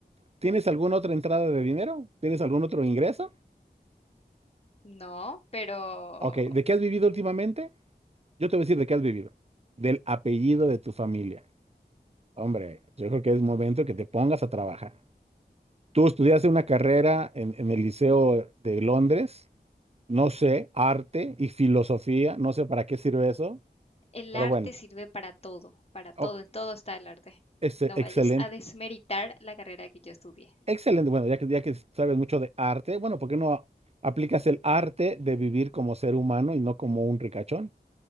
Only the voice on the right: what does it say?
¿tienes alguna otra entrada de dinero? ¿Tienes algún otro ingreso?
Ok, ¿de qué has vivido últimamente? Yo te voy a decir de qué has vivido. Del apellido de tu familia. Hombre, yo creo que es momento que te pongas a trabajar. Tú estudiaste una carrera en, en el Liceo de Londres, no sé, arte y filosofía, no sé para qué sirve eso,
pero
bueno,
oh,
es eh,
excelente,
excelente. Bueno, ya que, ya que sabes mucho de arte, bueno, ¿por qué no aplicas el arte de vivir como ser humano y no como un ricachón?